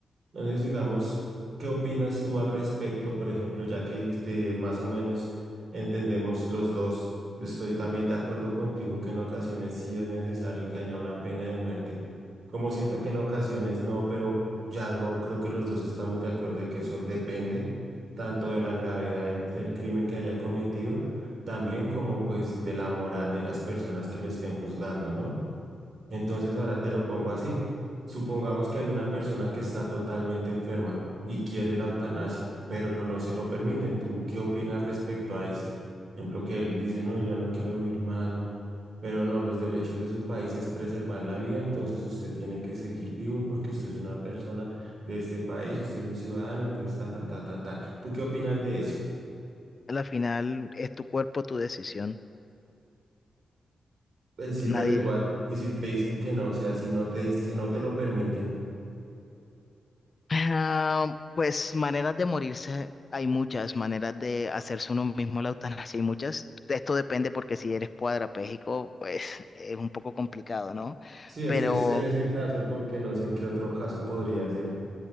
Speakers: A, on the right; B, on the left.
A: Entonces, digamos, ¿qué opinas tú al respecto? Por ejemplo, ya que este, más o menos entendemos los dos, estoy también de acuerdo contigo que en ocasiones sí es necesario que haya una pena de muerte, como siento que en ocasiones no, pero ya lo creo que los dos estamos de acuerdo de que eso depende tanto de la gravedad del, del crimen que haya cometido, también como pues de la moral de las personas que lo estén juzgando, ¿no? Entonces ahora te lo pongo así. Supongamos que hay una persona que está totalmente enferma y quiere
B: Ujú.
A: la eutanasia, pero no se lo permiten. ¿Tú qué opinas respecto a esto? Por ejemplo, que él dice, no, yo ya no quiero vivir más, no. Pero no, los derechos de su país es preservar la vida, entonces usted tiene que seguir vivo porque usted es una persona de este país, usted es un ciudadano, entonces ta, ta, ta, ta, ta. ¿Tú qué opinas de eso?
B: Al final es tu cuerpo, tu decisión.
A: Eh, sí,
B: Nadie.
A: pero igual, y si te dicen que no, o sea, si no te, dic- si no te lo permiten.
B: Ah, pues maneras de morirse, hay muchas maneras de hacerse uno mismo la eutanasia, hay muchas. Esto depende porque si eres cuadrapléjico, pues es un poco complicado, ¿no?
A: Sí, es
B: Pero,
A: que es en ese caso porque no sé en qué otro caso podría ser.